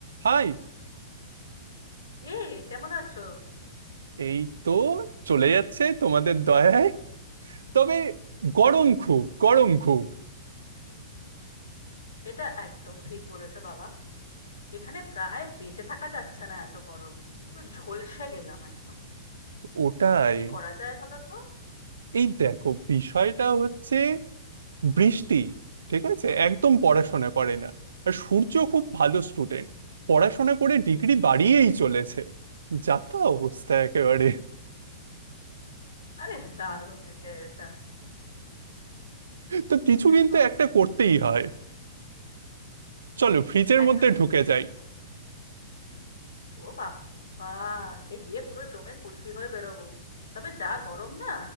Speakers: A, on the right; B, on the left.
A: High
B: এই কেমন আছো
A: এই তো চলে যাচ্ছে তোমাদের দয়ায় তবে গরম খুব গরম খুব
B: এটা একদম ঠিক বলেছো বাবা এখানে প্রায় বেঁচে থাকা যাচ্ছে না এত গরম পুরো ঝলসে গেলাম একদম
A: ওটাই
B: কি করা যায় বলো তো
A: এই দেখো বিষয়টা হচ্ছে বৃষ্টি ঠিক আছে একদম পড়াশোনা করে না আর সূর্য খুব ভালো স্টুডেন্ট পড়াশোনা করে ডিগ্রি বাড়িয়েই চলেছে যা তা অবস্থা একেবারে
B: আরে দারুণ দিলে এটা
A: তো কিছু কিন্তু
B: উহ,
A: একটা করতেই হয় চলো ফ্রিজের
B: একদম
A: মধ্যে
B: ঠিক
A: ঢুকে
B: বলেছো
A: যাই
B: ও বাবা সে গিয়ে পুরো জমে কুলফি হয়ে বেরোবো তবে যা গরম না